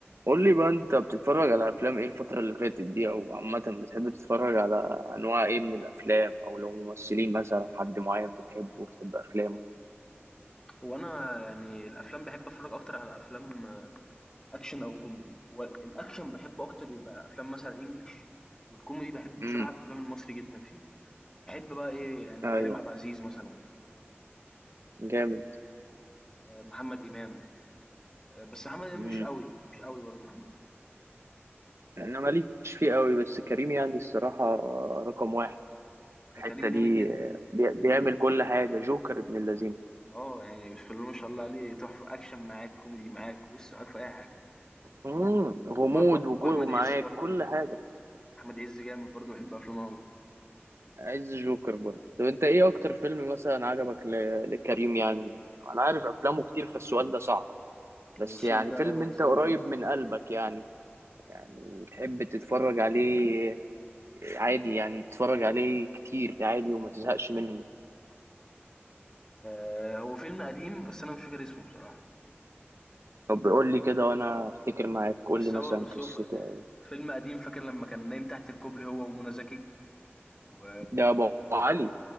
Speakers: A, on the right (about 80°); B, on the left (about 15°).
A: قول لي بقى انت بتتفرج على افلام ايه الفترة اللي فاتت دي او عامة بتحب تتفرج على انواع ايه من الافلام او لو ممثلين مثلا حد معين بتحبه وبتحب افلامه
B: هو انا يعني الافلام بحب اتفرج اكتر على افلام آه، اكشن او كوميدي هو ال- الاكشن بحبه اكتر يبقى افلام مثلا انجليش والكوميدي بحب بصراحه
A: امم
B: الافلام المصري جدا فيه بحب بقى ايه يعني
A: ايوه
B: كريم عبد العزيز مثلا آه،
A: جامد
B: آه، محمد امام آه، بس محمد امام
A: امم
B: مش قوي مش قوي برضه محمد امام
A: انا ماليش فيه قوي بس كريم يعني الصراحة رقم واحد الحتة
B: آه، كريم
A: دي
B: جامد جدا
A: آه، بي- بيعمل كل حاجة جوكر ابن اللذين
B: اه يعني بسم الله ما شاء الله عليه تحفه اكشن معاك كوميدي معاك بص معاك في اي حاجه
A: امم غموض
B: وأح- وأح- واحمد
A: وكل ومعاك
B: عز برضه
A: كل حاجة
B: احمد عز جامد برضه بحب افلامه قوي
A: عايز جوكر برضه طب انت ايه اكتر فيلم مثلا عجبك ل- لكريم يعني انا عارف افلامه كتير فالسؤال ده صعب بس
B: والصول
A: يعني
B: ده
A: فيلم
B: آه،
A: انت
B: صعب
A: قريب
B: جدا
A: من قلبك يعني يعني تحب تتفرج عليه عادي يعني تتفرج عليه كتير عادي وما تزهقش منه
B: آه، هو فيلم قديم بس انا مش فاكر اسمه بصراحة
A: طب قول لي كده وانا افتكر معاك قول
B: بس
A: لي مثلا
B: هو بس
A: قصته
B: هو ف-
A: أو-
B: فيلم قديم فاكر لما كان نايم تحت الكوبري هو ومنى زكي و
A: ده ابو علي